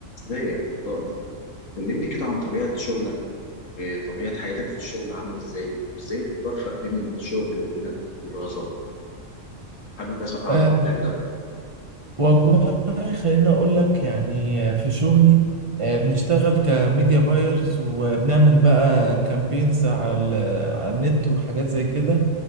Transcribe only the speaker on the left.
ازاي بقول كلمني كده عن طبيعة شغلك طبيعة حياتك في الشغل عاملة ازاي وازاي بتوفق بين الشغل وبين الدراسة حابب بس اعرف
منك ده